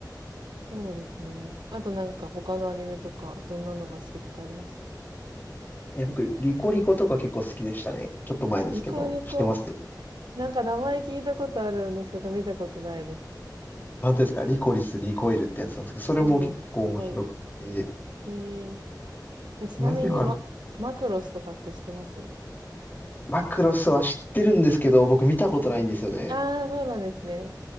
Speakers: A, on the right; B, on the left.
A: そうですね。あとなんか他のアニメとか、どんなのが好きとかあります
B: え、僕、リコリコとか結構好きでしたね。ちょっと前ですけど、
A: リコリコ。
B: 知ってます
A: なんか名前聞いたことあるんですけど、見たことないです。
B: 本当ですかリコリス、リコイルってやつなんですけど、
A: リコリコ、
B: それも結構面白くて。
A: セコイル。へえ。え、ちなみに、
B: 何があるか。
A: ま、マクロスとかって知ってますうん
B: マクロスは知ってるんですけど、僕見たことないんですよね。
A: うんああー、そうなんですね。